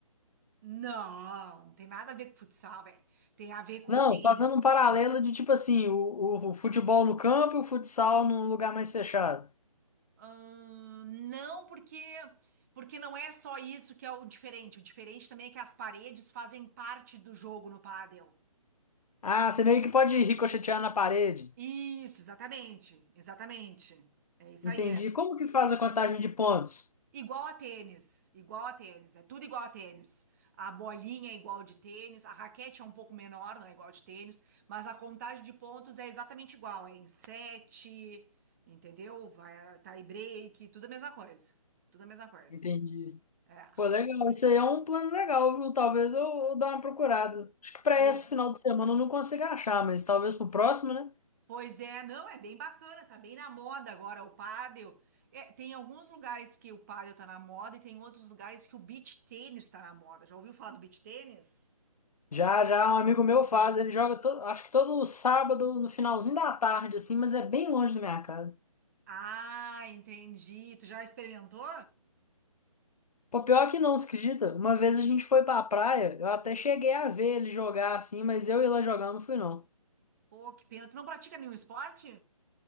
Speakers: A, on the right (about 25°); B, on the left (about 80°).
A: Não, não tem nada a ver com futsal, velho. Tem a ver com
B: Não,
A: tênis.
B: fazendo um paralelo de tipo assim, o, o, o futebol no campo e o futsal num lugar mais fechado.
A: Ahn, não, porque porque não é só isso que é o diferente. O diferente também é que as paredes fazem parte do jogo no pádel.
B: Ah, você meio que pode ricochetear na parede.
A: Isso, exatamente. Exatamente. É isso
B: Entendi.
A: aí.
B: Como que faz a contagem de pontos?
A: Igual a tênis, igual a tênis, é tudo igual a tênis. A bolinha é igual de tênis, a raquete é um pouco menor, não é igual de tênis, mas a contagem de pontos é exatamente igual, é em sete, entendeu? Vai tie break, tudo a mesma coisa. Tudo a mesma coisa.
B: Entendi.
A: É.
B: Pô, legal. Isso aí é um plano legal, viu? Talvez eu, eu dê uma procurada. Acho que para
A: Pois,
B: esse final de semana eu não consigo achar, mas talvez pro próximo, né?
A: pois é, não, é bem bacana, tá bem na moda agora o pádel. É, tem alguns lugares que o pádel tá na moda e tem outros lugares que o beach tênis tá na moda. Já ouviu falar do beach tênis?
B: Já, já um amigo meu faz, ele joga todo, acho que todo sábado no finalzinho da tarde, assim, mas é bem longe da minha casa.
A: Ah, entendi. Tu já experimentou?
B: Pô, pior que não, você acredita? Uma vez a gente foi pra praia, eu até cheguei a ver ele jogar assim, mas eu ir lá jogar não fui, não.
A: Pô, que pena. Tu não pratica nenhum esporte?